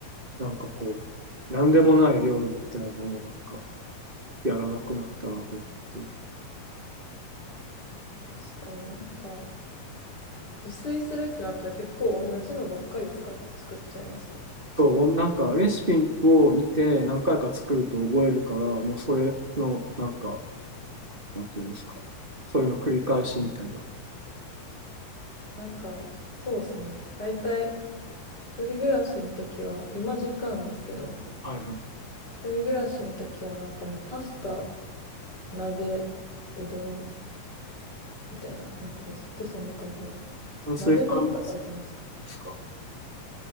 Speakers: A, on the right; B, on the left.
A: なんかこう、なんでもない料理みたいなのをなんかやらなくなったなと思ってる。
B: 確かになんか、自炊するってなったら結構同じのばっかり使っ、作っちゃいますね。
A: そう、なんかレシピを見て何回か作ると覚えるから、もうそれのなんか、なんていうんですか、そういうの繰り返しみたいな。
B: なんか、そうですね。大体、一人暮らしの時は、今実家なんですけど、
A: はいはい。
B: 一人暮らしの時は、なんかもうパスタ、鍋、うどんみたいな、なんかもうずっとそんな感じでした。
A: 炭水化物で
B: 鍋ばっか食べてました。
A: すか